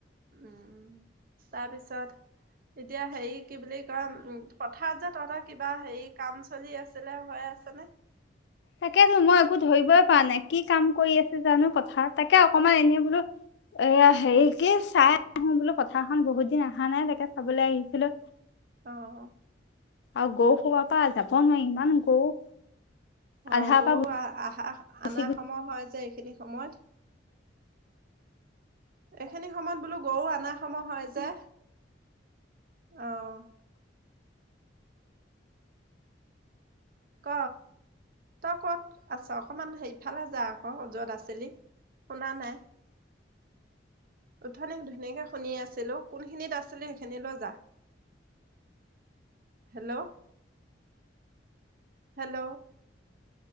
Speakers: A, on the right; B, on the left.
A: উম তাৰপিছত। এতিয়া হেৰি কি বুলি কয় উম পথাৰত যে তহঁতৰ কিবা হেৰি কাম চলি আছিলে হৈ আছেনে? <inaudible>
B: তাকেতো মই একো ধৰিবই পৰা নাই কি কাম কৰি আছে জানো পথাৰত তাকে অকমান এনেই বোলো। এয়া হেৰি কি চাই আহোঁ বোলো পথাৰখন বহুত দিন আহা নাই এনেকে চাবলে আহিছিলো।
A: অহ
B: আৰু গৰু সোপা পা যাব নোৱাৰি ইমান গৰু
A: অ
B: আধাৰ
A: গৰু
B: পৰা
A: আহ আহা
B: গুচি
A: আনা সময় হয় যে এইখিনি সময়ত, এইখিনি সময়ত বোলো গৰু আনা সময় হয় যে। অহ ক, তই ক'ত আছ অকমান সে ইফালে যা ক য'ত আছিলি। শুনা নাই। উঠুনি ধুনীয়াকে শুনি আছিলো কোনখিনিত আছিলি সেইখিনিলৈ যা হেল্ল। Hello